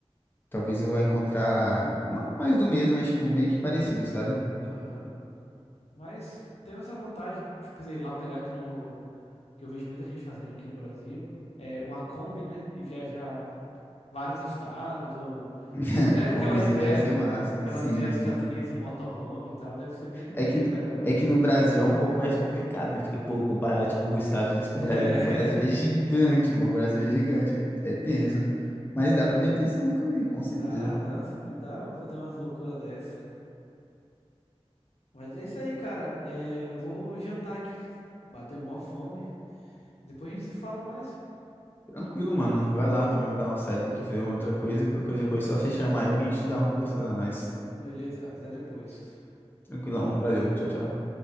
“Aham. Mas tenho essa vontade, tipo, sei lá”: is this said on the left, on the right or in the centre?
Left